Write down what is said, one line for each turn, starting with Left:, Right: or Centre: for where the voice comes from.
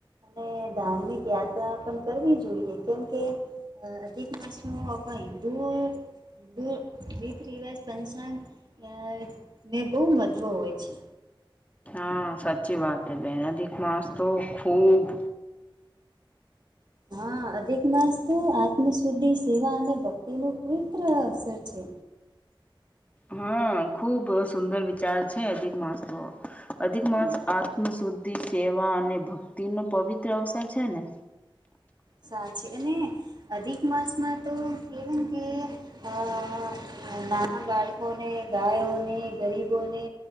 Right: અને ધાર્મિક યાત્રા પણ કરવી જોઈએ કેમકે અહ અધિક માસ નું અપન ધુ ધુ રીત રિવાજ પંચાંગ અહ ને બહુ મહત્ત્વ હોય છે.
Left: હા, સાચી વાત હ બેન અધિક માસ તો ખુબ
Right: હ. હા, અધિક માસ તો આત્મશુદ્ધિ સેવા અને ભક્તિનું પવિત્ર અવસર છે.
Left: હા, ખુબ સુંદર વિચાર છે અધિક માસ તો અધિક માસ
Right: હા
Left: આત્મ શુદ્ધિ સેવા અને ભક્તિ નો પવિત્ર અવસર છે ને?
Right: સાચે અને અધિક માસમાં તો એવન કે અહ નાના બાળકોને ગાયોને ગરીબોને